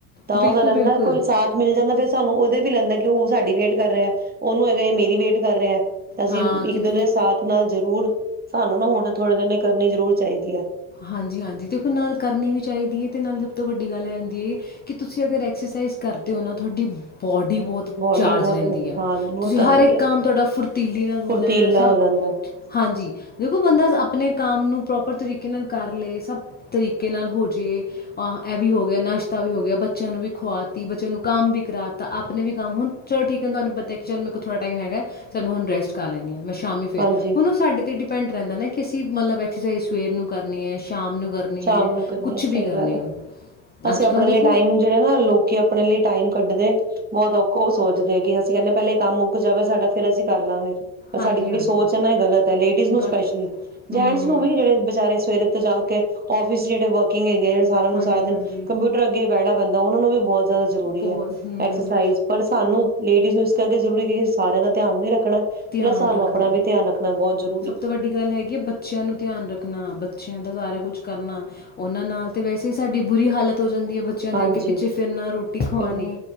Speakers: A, on the right; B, on the left.
A: ਤਾਂ
B: ਬਿਲਕੁਲ,
A: ਉਹਦਾ ਰਹਿੰਦਾ
B: ਬਿਲਕੁਲ।
A: ਕੋਈ ਸਾਥ ਮਿਲ ਜਾਂਦਾ ਫਿਰ ਸਾਨੂੰ ਉਹਦੇ ਵੀ ਲੈਂਦਾ ਕਿ ਉਹ ਸਾਡੀ ਵੇਟ ਕਰ ਰਿਹਾ ਉਹਨੂੰ ਹੈਗਾ ਮੇਰੀ ਵੇਟ ਕਰ ਰਿਹਾ ਤਾਂ ਅਸੀਂ
B: ਹਾਂ
A: ਇੱਕ
B: ਕਿ ਮੈਨੂੰ
A: ਦੂਜੇ ਸਾਥ ਨਾਲ ਜ਼ਰੂਰ <inaudible> ਸਾਨੂੰ ਨਾ ਹੁਣ ਥੋੜੇ ਦਿ ਨੇ ਜ਼ਰੂਰ ਚਾਹੀਦੀ ਹੈ
B: ਹਾਂਜੀ ਹਾਂਜੀ ਦੇਖੋ ਨਾਲ ਕਰਨੀ ਵੀ ਚਾਹੀਦੀ ਹੈ ਤੇ ਨਾਲ ਸਭ ਤੋਂ ਵੱਡੀ ਗੱਲ ਹੈ ਹੁੰਦੀ ਕਿ ਤੁਸੀਂ ਅਗਰ ਐਕਸਰਸਾਈਜ਼ ਕਰਦੇ ਹੋ ਨਾ ਤੁਹਾਡੀ ਬੋਡੀ ਬਹੁਤ
A: ਬੋਡੀ
B: ਚਾਰਜ
A: ਬਹੁਤ
B: ਰਹਿੰਦੀ ਆ
A: ਹਾਂ ਉਹ
B: ਤੁਸੀਂ
A: ਤਾਂ
B: ਹਰ
A: ਹੈ ਹੀ
B: ਇੱਕ
A: ਹੈ
B: ਕੰਮ ਤੁਹਾਡਾ ਫੁਰਤੀਲੀ ਨਾਲ ਹੋਣਾ
A: ਫੁਰਤੀਲਾ
B: ਆ ਸਭ
A: ਹੋ ਜਾਂਦਾ
B: ਹਾਂਜੀ ਦੇਖੋ ਬੰਦਾ ਆਪਣੇ ਕੰਮ ਨੂੰ ਪ੍ਰੋਪਰ ਤਰੀਕੇ ਨਾਲ ਕਰ ਲਏ ਸਭ ਤਰੀਕੇ ਨਾਲ ਹੋ ਜਾਵੇ ਇਹ ਵੀ ਹੋ ਗਿਆ ਨਾਸ਼ਤਾ ਵੀ ਹੋ ਗਿਆ ਬੱਚਿਆਂ ਨੂੰ ਵੀ ਖਵਾ ਤੀ ਬੱਚਿਆਂ ਨੂੰ ਕੰਮ ਵੀ ਕਰਾ ਤਾ ਆਪਣੇ ਵੀ ਕੰਮ ਹੁਣ ਚਲੋ ਠੀਕ ਹੈ ਤੁਹਾਨੂੰ ਪਤਾ ਕਿ ਚੱਲ ਮੇਰੇਲ ਥੋੜ੍ਹਾ ਟਾਈਮ ਹੈਗਾ ਚੱਲ ਮੈਂ ਹੁਣ ਰੈਸਟ ਕਰ ਲੈਂਦੀ ਹਾਂ ਸ਼ਾਮੀ ਫੇਰ
A: ਹਾਂਜੀ
B: ਹੁਣ ਉਹ ਸਾਡੇ ਤੇ ਡਿਪੈਂਡ ਰਹਿੰਦਾ ਨਾ ਕਿ ਅਸੀਂ ਮਤਲਬ ਐਕਸਰਸਾਈਜ਼ ਸਵੇਰ ਨੂੰ ਕਰਨੀ ਹੈ ਸ਼ਾਮ ਨੂੰ ਕਰਨੀ
A: ਸ਼ਾਮ
B: ਹੈ
A: ਨੂੰ ਕਰਨੀ
B: ਕੁਝ
A: ਆ
B: ਵੀ
A: ਸਹੀ
B: ਕਰਨੀ
A: ਗੱਲ ਹੈ ਅਸੀਂ
B: ਅੱਜ
A: ਆਪਣੇ
B: ਕੱਲ ਦੇਖੋ
A: ਲਈ ਟਾਈਮ ਜਿਹੜੇ ਨਾ ਲੋਕੀ ਆਪਣੇ ਲਈ ਟਾਈਮ ਕੱਢਦੇ ਬਹੁਤ ਔਖਾ ਉਹ ਸੋਚਦੇ ਆ ਕਿ ਅਸੀਂ ਕਹਿੰਦੇ ਪਹਿਲੇ ਕੰਮ ਮੁੱਕ ਜਾਵੇ ਸਾਡਾ ਫੇਰ ਅਸੀਂ ਕਰ ਲਵਾਂਗੇ ਪਰ ਸਾਡੀ
B: ਹਾਂਜੀ
A: ਜਿਹੜੀ
B: ਹਾਂਜੀ
A: ਸੋਚ ਹੈ ਨਾ ਇਹ ਗ਼ਲਤ ਹੈ ਲੇਡੀਜ਼ ਨੂੰ
B: ਗੱਲ
A: ਸਪੈਸ਼ਲੀ ਜੈਂਟਸ
B: ਹੂੰ
A: ਨੂੰ ਵੀ ਜਿਹੜੇ ਵਿਚੇਾਰੇ ਸਵੇਰੇ ਥ ਜਾ ਕੇ ਫਿਸ ਜਿੜੇ ਵਰਕਿੰਗ ਹੈਗੇ ਨ ਸਾਰ ਨੂੰ
B: ਹਾਂਜੀ
A: ਸਾਥ ਦੇਨ
B: ਹਾਂਜੀ
A: ਕੰਪਿਊਟਰ ਅੱਗੇ ਬੈਠਾ ਪੈਂਦਾ ਉਹਨਾਂ ਨੂੰ ਵੀ ਬਹੁਤ ਜ਼ਿਆਦਾ ਜ਼ਰੂਰੀ
B: ਬਹੁਤ
A: ਹੈ
B: ਹੂੰ
A: ਐਕਸਰਸਾਈਜ਼ ਪਰ ਸਾਨੂੰ ਲੇਡੀਜ਼ ਨੂੰ ਗੇ ਜ਼ਰੂਰੀ ਸਾਰਿਆਂ ਦਾ ਧਿਆਨ ਵੀ ਰੱਖ ਰੱਖਣਾ
B: ਧਿਆਨ
A: ਪਲ ਸਾਨੂੰ
B: ਰੱਖਣਾ
A: ਆਪਣਾ ਵੀ ਧਿਆਨ ਰੱਖਣਾ ਬਹੁਤ ਜ਼ਰ
B: ਸਭ ਤੋਂ ਵੱਡੀ ਗੱਲ ਹੈਗੀ ਹੈ ਬੱਚਿਆਂ ਨੂੰ ਧਿਆਨ ਰੱਖਣਾ ਬੱਚਿਆਂ ਦਾ ਸਾਰਾ ਕੁੱਛ ਕਰ ਕਰਨਾ ਉਹਨਾਂ ਨਾਲ ਤੇ ਵੈਸੇ ਹੀ ਸਾਡੀ ਬੁਰੀ ਹਾਲਤ ਹੋ ਜਾਂਦੀ ਹੈ ਬੱਚਿਆਂ
A: ਹਾਂਜੀ
B: ਦੇ ਅੱਗੇ ਪਿੱਛੇ ਫਿਰਨਾ ਰੋਟੀ ਖਵਾਉਣੀ
A: ਫਿਰ